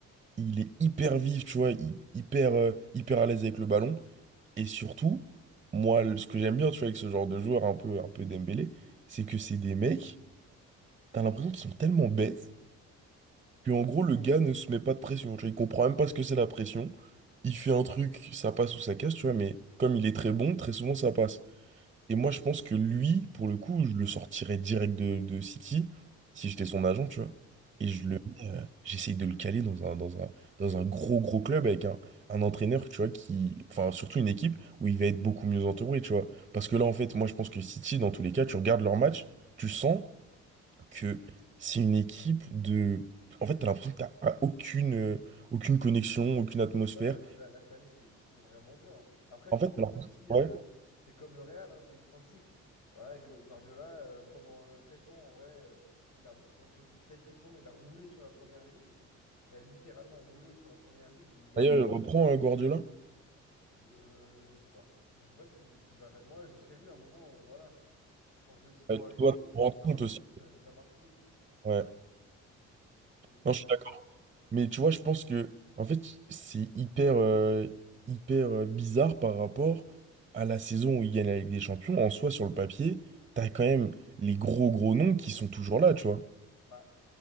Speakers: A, on the right; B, on the left.
A: il est hyper vif, tu vois, hy- hyper, euh, hyper à l'aise avec le ballon. Et surtout, moi, le- ce que j'aime bien, tu vois, avec ce genre de joueur un peu, un peu Dembélé, c'est que c'est des mecs. T'as l'impression qu'ils sont tellement bêtes que en gros le gars ne se met pas de pression. Tu vois, il comprend même pas ce que c'est la pression. Il fait un truc, ça passe ou ça casse, tu vois, mais comme il est très bon, très souvent ça passe. Et moi je pense que lui, pour le coup, je le sortirais direct de, de City, si j'étais son agent, tu vois.
B: Et
A: Et
B: tu
A: je le mets, euh, j'essaye de le caler dans un, dans un, dans un gros gros club avec un, un entraîneur, tu vois, qui. Enfin, surtout une équipe où il va être beaucoup mieux entouré, tu vois. Parce que là, en fait, moi je pense que City, dans tous les cas, tu regardes leur match, tu sens que c'est une équipe de... En fait, t'as l'impression que t'as a- aucune, euh, aucune connexion, aucune atmosphère.
B: Ouais, ouais, là, là, cette année, c'était, c'était vraiment dur. hein. Après, je
A: En
B: pense
A: fait,
B: que
A: t'as
B: c'est aussi, euh,
A: ouais.
B: c'est comme le Real, hein, c'est une fin de cycle. Voilà, Gu- Guardiola, euh, pendant euh, 7 ans, en vrai, euh, il a, sept huit ans, il a roulé sur la première ligue. Il a littéralement roulé sur la première ligue. Il gagnait.
A: D'ailleurs, reprends euh, Guardiola.
B: Je, je sais pas. Je sais pas si, s'il va. Moi, je serais lui à un moment, euh, voilà. Tu changes de. Faut
A: Euh, tu
B: arrêter.
A: dois te rendre
B: Quand ça
A: compte
B: marche
A: aussi.
B: plus, euh, ça marche plus.
A: Ouais.
B: Et
A: Non,
B: euh,
A: je suis d'accord. Mais tu vois, je pense que, en fait, c'est hyper, euh, hyper euh, bizarre par rapport à la saison où ils gagnent la Ligue des Champions. En soi, sur le papier, t'as quand même les gros, gros noms qui sont toujours là, tu vois.
B: bah,